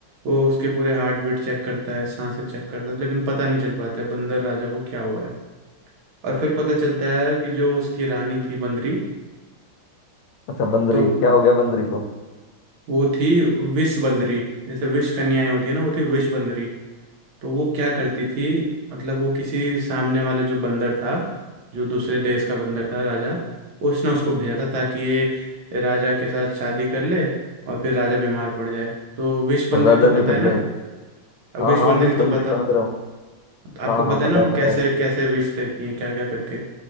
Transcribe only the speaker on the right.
वो उसके पूरे हार्ट बीट चेक करता है सांसें चेक करता है लेकिन पता नहीं चल पाता है बंदर राजा को क्या हुआ है और फिर पता चलता है कि जो उसकी रानी थी बंदरी
तो
वो थी विष बंदरी जैसे विष कन्याएं होती है ना वो थी विष बंदरी तो वो क्या करती थी मतलब वो किसी सामने वाले जो बंदर था जो दूसरे देश का बंदर था राजा उसने उसको भेजा था ताकि ये राजा के साथ शादी कर ले और फिर राजा बीमार पड़ जाए तो विष बंदरी
तो
पता
है ना
अब
विष
बंदरी
तो पता
आपको
पता
है ना
कैसे
कैसे विष देती है क्या क्या करके